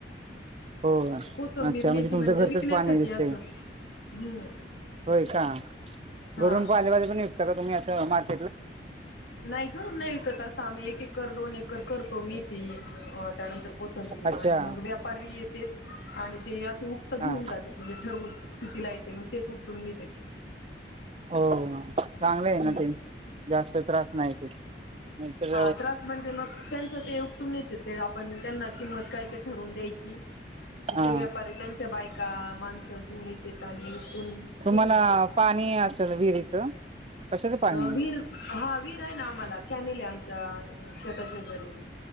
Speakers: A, on the right; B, on the left.
A: हो अच्छा
B: कोथंबीर मेथी
A: म्हणजे तुमचं घरचंच
B: विकण्यासाठी
A: पाणी दिसतय
B: असं हम्म.
A: होय अच्छा
B: हा.
A: घरून पा आले बाजे पण विकता का तुम्ही असं मार <unintelligible>
B: नाही करून नाही विकत आम्ही एक एकर दोन एकर करतो मी ते त्यानंतर कोथंबीर
A: अच्छा
B: आणि मग व्यापारी येतेत आणि ते रोपट घेऊन
A: हा
B: जाते म्हणजे ठरवून कि तिला येते मग तेच उपटून नेते
A: हो चांगले आहे
B: हम्म.
A: ना ते जास्त त्रास नाही ते नाहीतर
B: हा त्रास म्हणजे मग त्यांच ते उपटून येते ते आपण त्यांना किंमत काय ते ठरवून द्यायची
A: हा
B: ते व्यापारी त्यांच्या बायका माणसं घेऊन येतेत आणि उपटून
A: तुम्हाला
B: घेऊन जातेत.
A: पाणी असेल विहिरीचं कशाचं पाणी
B: अ वीर हा वीर आहे ना आम्हाला कॅनेल हे आम शेता शेजारी